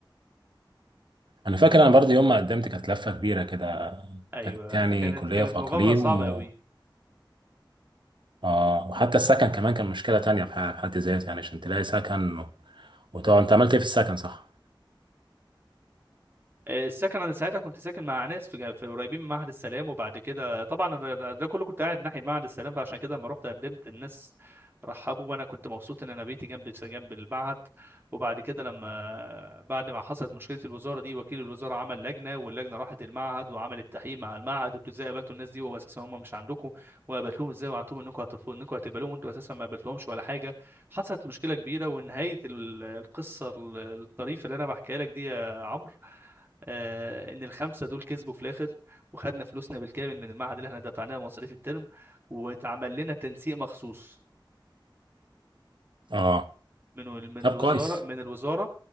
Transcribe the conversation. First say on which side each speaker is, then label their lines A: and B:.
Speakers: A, on the right; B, on the right.
A: انا فاكر انا برضه يوم ما قدمت كانت لفة كبيرة كده
B: ايوه
A: كانت يعني
B: فكانت
A: كلية
B: كانت
A: في اقاليم
B: مغامره صعبه
A: و...
B: قوي
A: اه وحتى السكن كمان كان مشكلة تانية في ح- في حد ذاته يعني عشان تلاقي سكن وطبعا انت عملت ايه في السكن صح؟
B: السكن انا ساعتها كنت ساكن مع ناس في جا- في قريبين من معهد السلام وبعد كده طبعا أنا ده ده كله كنت قاعد ناحيه معهد السلام فعشان كده لما رحت قدمت الناس رحبوا وانا كنت مبسوط ان انا بيتي جنب جنب المعهد وبعد كده لما بعد ما حصلت مشكله الوزاره دي وكيل الوزاره عمل لجنه واللجنه راحت المعهد وعملت تحقيق مع المعهد وانتوا ازاي قابلتوا الناس دي وهو اساسا هم مش عندكم وقابلتوهم ازاي وقعدتوهم انكم هترفضوا انكم هتقبلوهم وانتوا اساسا ما قابلتوهمش ولا حاجه حصلت مشكله كبيره ونهايه ال- القصه ال- الطريفه اللي انا بحكيها لك دي يا عمرو آه، ان الخمسه دول كسبوا في الاخر وخدنا فلوسنا بالكامل من المعهد اللي احنا دفعناه مصاريف الترم واتعمل لنا تنسيق مخصوص
A: اه
B: من ال- من
A: طب
B: الوزاره
A: كويس
B: من الوزاره